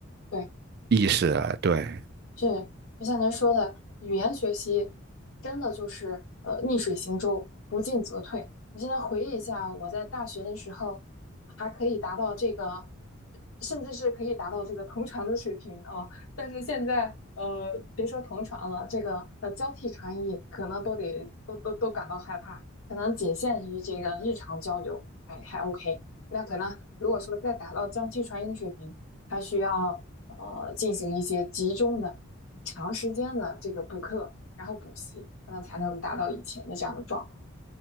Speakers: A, on the left; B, on the right.
A: 对。
B: 意思了，对。
A: 是，就像您说的，语言学习真的就是呃逆水行舟，不进则退。我现在回忆一下，我在大学的时候还可以达到这个，甚至是可以达到这个同传的水平啊，但是现在呃，别说同传了，这个呃交替传译可能都得都都都感到害怕，可能仅限于这个日常交流，哎还 OK。那可能如果说再达到交替传译的水平，还需要呃进行一些集中的。长时间的这个补课，然后补习，可能才能达到以前的这样的状态。